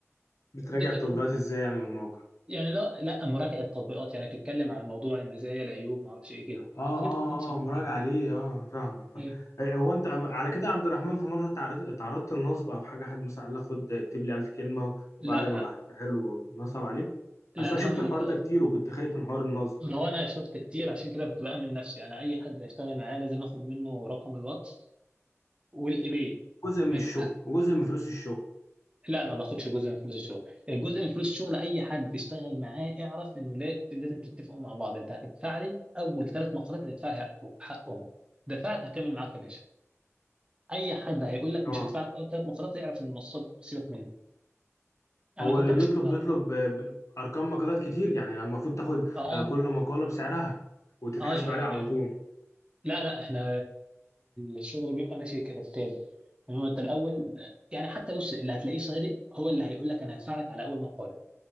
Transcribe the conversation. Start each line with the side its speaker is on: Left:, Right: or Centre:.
Left: بتراجع
Right: دي كانت
Left: التطبيقات ازاي يعني والمواقع
Right: يعني لا لا مراجعه تطبيقات يعني بتتكلم عن موضوع المزايا العيوب ما اعرفش ايه كده
Left: اه
Right: الحاجات
Left: اه
Right: اللي انت بتشوفها
Left: اه مراجعة
Right: دي.
Left: ليه اه فاهمك فاهم
Right: أيوة.
Left: إيه، هو انت عم- على كده يا عبد الرحمن في مرة تعرض- تعرضت للنصب او حاجة حد مثلا قال لك خد اكتب لي 1000 كلمة وبعد
Right: لا
Left: ما بعتها له نصب عليك
Right: لا
Left: اصل
Right: الحمد
Left: انا شفت
Right: لله
Left: الحوار ده كتير وكنت خايف من حوار النصب
Right: ما هو انا شفت كتير عشان كده كنت بامن نفسي انا اي حد هشتغل معاه لازم اخد منه رقم الواتس والايباي
Left: جزء من
Right: ما
Left: الشغل
Right: ينفع-
Left: وجزء من فلوس الشغل
Right: لا ما باخدش جزء من فلوس الشغل الجزء من فلوس الشغل اي حد تشتغل معاه اعرف انه لا لازم تتفقوا مع بعض انت هتدفع لي اول ثلاث مقالات هتدفع لي حقه- حقهم دفعت هكمل معاك يا باشا اي حد هيقول لك
Left: اه
Right: مش هدفع لك اول ثلاث مقالات يعرف ان النصاب سيبك مني انا
Left: هو
Right: كنت
Left: اللي
Right: ماشي
Left: بيطلب
Right: كده على
Left: بيطلب
Right: طول
Left: آه، ب- ارقام مقالات كتير يعني يعني المفروض تاخد
Right: اه
Left: آه، كل مقالة بسعرها وتتحاسب
Right: اه يعني
Left: عليها على طول
Right: لا لا احنا الشغل بيبقى ماشي كالتالي ان هو انت الاول يعني حتى بص اللي هتلاقيه صادق هو اللي هيقول لك انا هدفع لك على اول مقاله